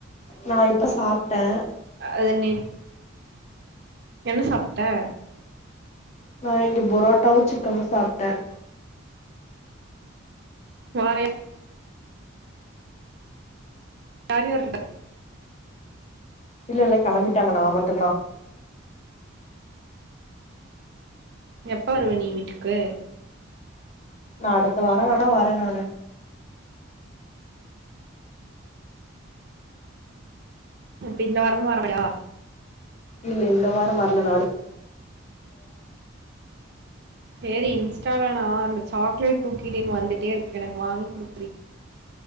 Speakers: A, on the left; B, on the right.
A: நா இப்ப சாப்டேன்
B: அது நீ என்ன சாப்ட்ட
A: நா இங்க பொரோட்டாவும் சிக்கனும் சாப்ட்டேன்
B: வாறயா யார் யார் இருக்கா
A: இல்ல இல்ல கெளம்பிட்டாங்க நா மட்டும்தான்
B: எப்ப வருவ நீ வீட்டுக்கு
A: நான் அடுத்த வாரம் வேணா வரேன் நானு
B: <unintelligible> இந்த வாரமும் வரமாட்டியா
A: இல்ல இந்த வாரம் வரல நாலு
B: சேரின்ஸ் <unintelligible> நா சாக்லேட் குக்கிட்டின்னு வந்துட்டே இருக்கு எனக்கு வாங்கி குடு